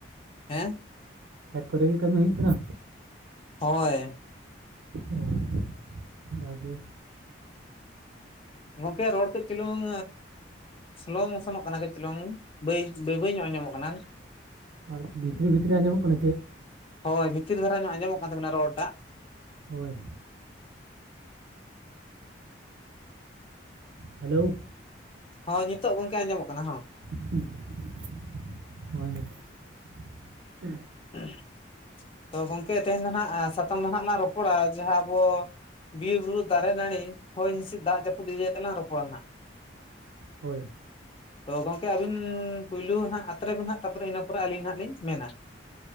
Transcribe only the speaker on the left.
ᱦᱮᱸ
ᱦᱳᱭ
ᱜᱚᱝᱠᱮ ᱨᱚᱲ ᱠᱟᱹᱡ ᱪᱩᱞᱩᱝ ᱥᱞᱳ ᱢᱚᱥᱚᱱᱚᱜ ᱠᱟᱱᱟ ᱠᱟᱹᱡ ᱪᱩᱞᱩᱝ ᱵᱟᱹᱭ ᱵᱟᱹᱭ ᱵᱟᱹᱭ ᱧᱚᱜ ᱟᱧᱡᱚᱢᱚᱜ ᱠᱟᱱᱟ
ᱦᱳᱭ ᱵᱷᱤᱛᱤᱨ ᱫᱷᱟᱨᱟ ᱧᱚᱜ ᱟᱸᱡᱚᱢᱚᱜ ᱠᱟᱱ ᱛᱟᱵᱮᱱᱟ ᱨᱚᱲ ᱴᱟᱜ
ᱦᱚ ᱱᱤᱛᱚᱜ ᱜᱚᱝᱠᱮ ᱟᱸᱡᱚᱢᱚᱜ ᱠᱟᱱᱟ
<unintelligible> ᱛᱚ ᱜᱚᱝᱠᱮ ᱛᱮᱦᱮᱧ ᱫᱚ ᱦᱟᱸᱜ ᱥᱟᱛᱟᱢ ᱫᱚ ᱦᱟᱜ ᱞᱟᱝ ᱨᱚᱯᱚᱲᱟ ᱡᱟᱦᱟᱸ ᱟᱵᱚ ᱵᱤᱨ ᱵᱩᱨᱩ ᱫᱟᱨᱮ ᱱᱟᱹᱲᱤ ᱦᱚᱭ ᱦᱤᱸᱥᱤᱫ ᱫᱟᱜ ᱡᱟᱹᱯᱩᱫ ᱤᱫᱤ ᱠᱟᱛᱮ ᱞᱟᱝ ᱨᱚᱯᱚᱲᱟ ᱱᱟᱦᱟᱜ
ᱛᱚ ᱜᱚᱝᱠᱮ ᱟᱵᱤᱱ ᱯᱩᱭᱞᱩ ᱦᱟᱜ ᱟᱛᱨᱮ ᱵᱮᱱ ᱦᱟᱜ ᱛᱯᱚᱨᱮ ᱤᱱᱟᱹ ᱯᱚᱨᱮ ᱟᱹᱞᱤᱧ ᱦᱟᱜ ᱞᱤᱧ ᱢᱮᱱᱟ